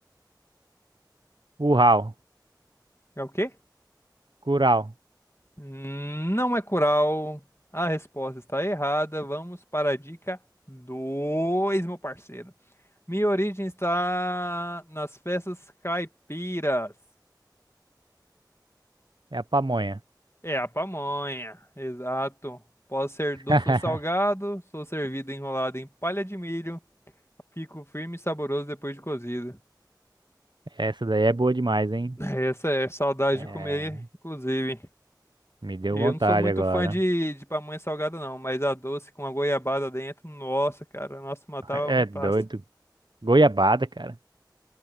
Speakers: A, on the right (about 80°); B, on the left (about 35°).
A: Uau,
B: É o quê?
A: curau,
B: Não é coral. A resposta está errada. Vamos para a dica 2, meu parceiro. Minha origem está nas festas caipiras.
A: é a pamonha.
B: É a pamonha, exato. Posso ser
A: <laughs>
B: doce ou salgado, sou servido enrolado em palha de milho, fico firme e saboroso depois de cozido.
A: Essa daí é boa demais, hein?
B: <laughs> Essa é saudade
A: É...
B: de comer, inclusive.
A: Me deu
B: E
A: vontade
B: eu não sou muito
A: agora.
B: fã de, de pamonha salgada, não, mas a doce com a goiabada dentro, nossa, cara, nossa, matava
A: É
B: muito
A: doido.
B: fácil.
A: Goiabada, cara.